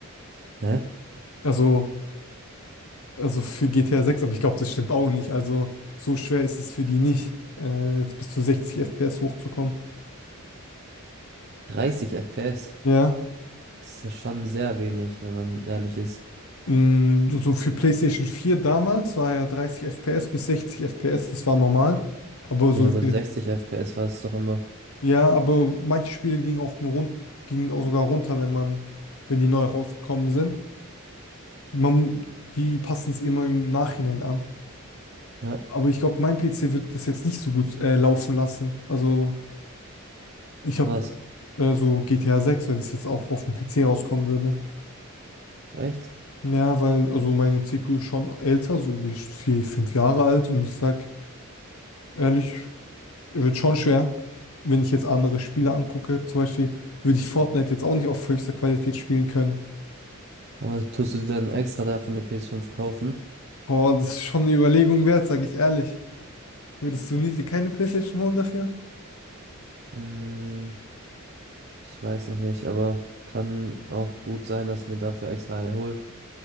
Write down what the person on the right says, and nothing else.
Hä?
30 FPS?
Das ist ja schon sehr wenig, wenn man ehrlich ist.
Ja, aber
60 FPS war es doch immer.
Ja,
was?
Echt?
Aber tust du dir dann extra dafür eine ps fünf kaufen?
Hm, ich weiß noch nicht, aber kann auch gut sein, dass ich mir dafür extra eine hole.